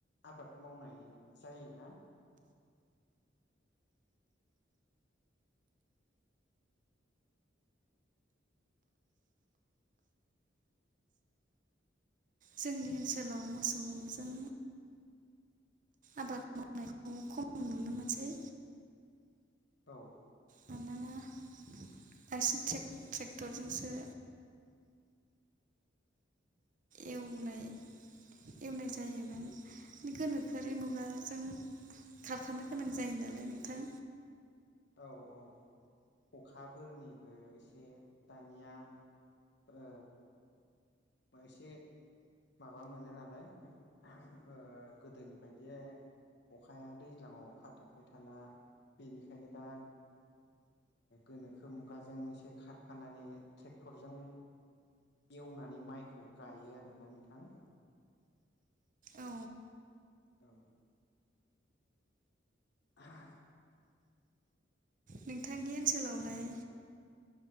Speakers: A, on the left (about 60°); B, on the right (about 45°).
A: आबाद मावनाय जायोना
B: जोंनि ओनसोलाव मोसौजों आबाद मावनायखौ खम नुनो मोनसै
A: औ
B: मानोना बांसिन ट्रेक्टरजोंसो एवनाय एवनाय जायोमोन गोनोखोआरि मुगाजों खारफानो गोनां जायो नालाय नोंथां
A: औ औ अखाफोरनिबो एसे दानिया ओ एसे माबा मोनो नालाय ओ गोदोनि बायदि अखाया दैज्लाङाव हाथाब बाय थाला बेनिखायनो दा गोनोखो मुगाजों एसे खारफानानै ट्रेक्टरजों एवनानै माइखौ गायो आरोना नोंथां
B: औ
A: औ <unintelligible>
B: नोंथांनि ओनसोलावलाय